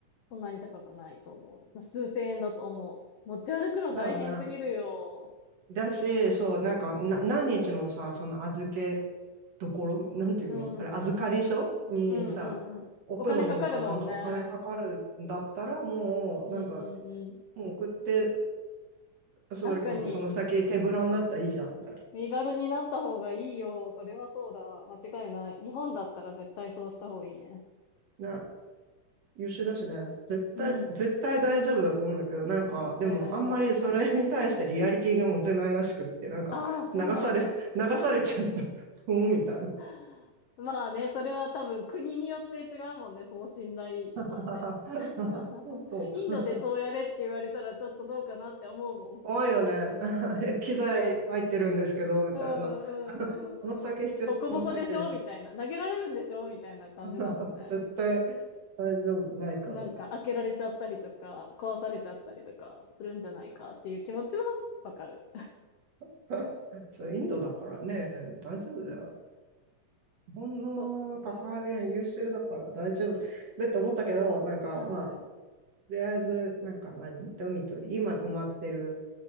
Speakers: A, on the left; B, on the right.
A: そんなに高くないと思う。数千円だと思う。持ち歩くの大変すぎるよ。
B: だよね。だし、そう、なんかな、何日もさ、その預けどころ、なんていうのあれ、
A: うん、
B: 預かり所にさ、
A: うん、うん、うん、うん。
B: 置くのもさ、
A: お金かかるもんね。
B: なんかお金かかるんだったら、もう、
A: うん、
B: なんか、
A: うん、うん。
B: もう送ってそれこそその先手ぶらになったらいいじゃんみたい
A: 確かに、身軽になった方がいいよ。それはそうだ。間違いない。日本だったら絶対そうした方がいいね。
B: な。優秀だしね。絶対、
A: うん。
B: 絶対大丈夫だと思うんだけど、なんか、
A: 絶対大丈夫。
B: でもあんまりそれに対してリアリティが持てないらしくって、なんか、
A: ああ、そうなんだ。
B: 流され、<laughs> 流されちゃった。うん、みたいな。
A: <laughs> まあね、それは多分国によって違うもんね、その信頼度って。
B: <laughs>
A: <laughs>
B: そう。
A: インドでそうやれって言われたらちょっとどうかなって思うもん。
B: 怖いよね。<laughs> 機材入ってるんですけど、みたいな。
A: うんうんうんうん。
B: この先必要なもの入ってる。
A: ボコボコでしょみたいな。投げられるんでしょみたいな感じだもんね。
B: <laughs> 絶対大丈夫ないから。
A: なんか開けられちゃったりとか、壊されちゃったりとかするんじゃないかっていう気持ちはわかる。
B: <laughs> そう、インドだからね、大丈夫だよ。日本の宅配便は優秀だから大丈夫だって思ったけど、
A: そうだね。
B: なんかまあ、
A: はい。
B: とりあえず、なんか何ドミトリー、今泊まってる